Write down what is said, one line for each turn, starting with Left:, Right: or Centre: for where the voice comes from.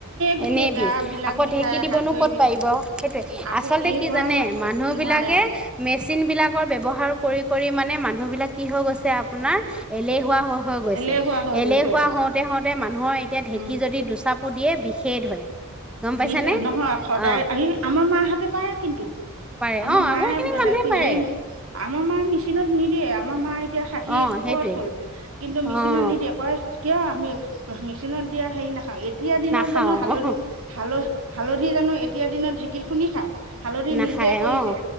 Right: গোটেই
Centre: এনেই বিষ
Right: গা বিলাক
Centre: আকৌ
Right: বিষায়
Centre: ঢেঁকী দিবনো
Right: হাত ভৰি
Centre: ক'ত
Right: বিষায়
Centre: পাৰিব সেইটোয়ে
Right: আকৌ
Centre: আচলতে
Right: এই
Centre: কি
Right: গৰমত
Centre: জানে মানুহ
Right: নোৱাৰে
Centre: বিলাকে
Right: আৰু
Centre: মেচিন বিলাকৰ ব্যৱহাৰ কৰি, কৰি মানে মানুহ বিলাক কি হৈ গৈছে আপোনাৰ হোৱা হৈ, হৈ গৈছে
Right: এলেহুৱা হৈ
Centre: এলেহুৱা
Right: গৈছে আৰু
Centre: হওঁতে, হওঁতে মানুহৰ এতিয়া ঢেঁকী
Right: উম
Centre: যদি দুচাপ দিয়ে বিষেই ধৰে। গম পাইছানে?
Right: বিষ নহয় সদায়
Centre: অ'
Right: এই আমাৰ মাহাহঁতে পাৰে কিন্তু
Centre: পাৰে
Right: আমা
Centre: অ'
Right: মায়ে
Centre: আগৰ খিনি মানুহে পাৰে
Right: হেই আমাৰ মা মেচিনত নিদিয়ে আমাৰ মা এতিয়া ষাঠি
Centre: অ'
Right: ওপৰত
Centre: সেইটোৱে
Right: হ'ল, কিন্তু
Centre: অ'
Right: মেচিনত নিদিয়ে। হয় কিয় আমি মেচিনত দিয়া হেৰি নাখাওঁ এতিয়া দিনত
Centre: নাখাও
Right: জানো হালধি
Centre: অ'
Right: হাল হালধি জানো এতিয়া দিনত ঢেঁকীত খুন্দি খায়। হালধি
Centre: নাখায়
Right: নিজে কৰিছে
Centre: অ'